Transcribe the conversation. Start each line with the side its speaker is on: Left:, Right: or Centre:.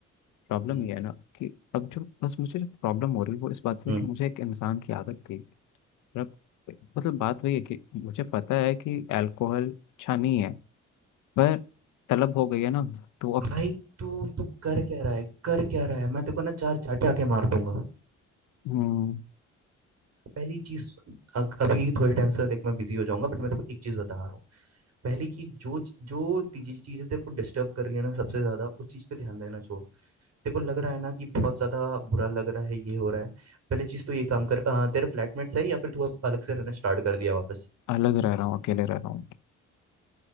Left: प्रॉब्लम
Right: हम्म
Left: ये है ना कि अब जो बस मुझे प्रॉब्लम हो रही है वो इस बात से
Right: हम्म।
Left: कि मुझे एक इंसान की आदत थी मतलब मतलब बात वही है कि मुझे पता है कि अल्कोहल अच्छा नहीं है पर तलब हो गई है ना तो अब
Right: भाई तू तू कर क्या रहा है कर क्या रहा है मैं तेरे को ना चार चाटे आके मार दूंगा
Left: हम्म
Right: पहली चीज अग, अभी थोड़े टाइम से देख मैं बिजी हो जाऊंगा बट मैं तेको एक चीज बता रहा हूँ पहली चीज जो जो तीजी- चीजें तेरे को डिस्टर्ब कर रही है ना सबसे ज्यादा उस चीज पे ध्यान देना छोड़ तेरे को लग रहा है ना कि बहुत ज्यादा बुरा लग रहा है ये हो रहा है पहली चीज तो ये काम कर अ, तेरे फ्लैटमेट्स है या फिर तू अब अलग से रहना स्टार्ट कर दिया वापस
Left: अलग रह रहा हूँ अकेले रह रहा हूँ